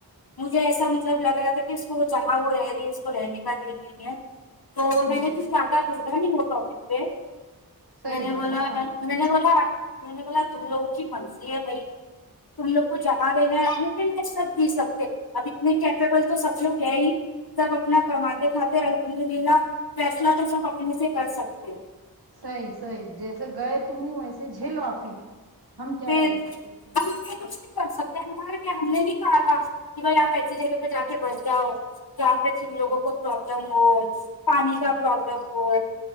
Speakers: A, on the left (about 65°); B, on the right (about 75°).
A: مجھے ایسا مطلب لگ رہا تھا کہ اس کو جہاں وہ رہی ہے اس کو رہنے کا دل نہیں ہے تو میں
B: ہوں
A: نے تو کچھ زیادہ نہیں بولا اس ٹاپک پے
B: صحیح
A: میں نے
B: بات
A: بولا
B: ہاں
A: میں نے بولا میں نے بولا تم لوگ کی مرضی ہے بھائی تم لوگ کو جہاں رہنا ہے اپنی پلاج سب جی سکتے اب اتنے کیپیبل تو سب لوگ ہے ہی سب اپنا کماتے کھاتے الحمد للہ فیصلہ تو سب اپنے سے کر سکتے ہیں
B: صحیح صحیح جیسے گئے تم ہی ویسے جھیلوں آپی ہم کیا
A: پھر
B: بول سکتے اس میں
A: ہم یہ کچھ نہیں کر سکتے ہمارے کیا ہم نے نہیں کہا تھا کہ بھائی آپ ایسی جگہ پہ جا کے بس جاؤ جہاں پہ تم لوگوں کو پرابلم ہو پانی کا پروابلم ہو